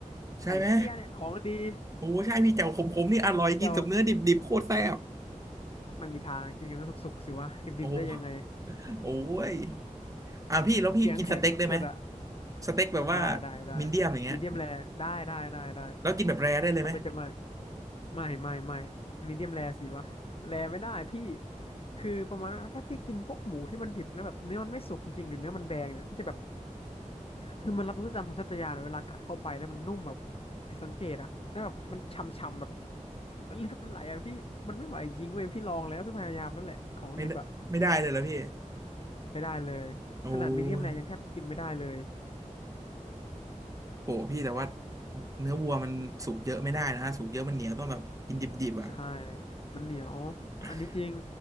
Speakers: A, on the right (about 25°); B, on the left (about 45°).
A: ใช่ไหม
B: ใส่เพี้ยเนี่ยของดี
A: โอ้ใช่พี่แจ่วขมๆนี่อร่อยกินกับเนื้อดิบๆโคตรแซ่บ
B: เจ้าไม่มีทางกินกันสุกๆสิวะดิบๆได้ยังไง
A: โอ้โอ้ยอ่ะพี่แล้วพี่กินสเต็กได้ไหม
B: เสียงแข็งสุดอะ
A: สเต็กแบบว่า
B: ได้ได้ได้
A: มีเดียมอย่างเงี้ย
B: มีเดียมแรได้ได้ได้ได้
A: แล้วกินแบบแรร์ได้เลยไหม
B: ทำไมจะไม่ ไม่ไม่ไม่มีเดียมแรสิวะแรไม่ได้พี่คือประมาณว่าถ้าพี่กินพวกหมูที่มันดิบแล้วแบบเนื้อมันไม่สุกจริงๆหรือเนื้อมันแดงเนี่ยพี่จะแบบคือมันรับรู้ตามสัญชาตญาณเวลากัดเข้าไปแล้วมันนุ่มแบบผิดสังเกตอะแล้วแบบมันฉ่ำๆแบบเลือดมันไหลอะพี่มันไม่ไหวจริงเว้ยพี่ลองแล้วพี่พยายามแล้วแหละของดิบอะ
A: ไม่ได้ไม่ได้เลยเหรอพี่
B: ไม่ได้เลยขนาดมีเดียมแรยังแทบกินไม่ได้เลย
A: โอ้ยโหพี่แต่ว่าเนื้อวัวมันสุกเยอะไม่ได้นะสุกเยอะมันเหนียวต้องแบบกินดิบๆอ่ะ
B: ใช่ มันเหนียว อันนี้จริง
A: <laughs>